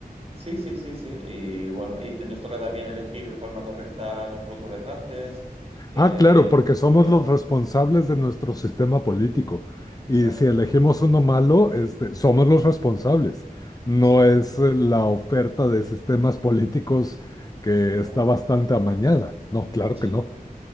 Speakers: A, on the right; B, on the left.
A: sí, sí, sí, sí. Y bueno, y nos toca también elegir de forma correcta a nuestros gobernantes. Eh,
B: Ah, claro, porque somos
A: claro,
B: los responsables de nuestro sistema político.
A: exacto.
B: Y si elegimos uno malo, este, somos los responsables. No
A: Sí,
B: es eh, la oferta de sistemas políticos que
A: claro,
B: está bastante amañada. No, claro
A: sí.
B: que no.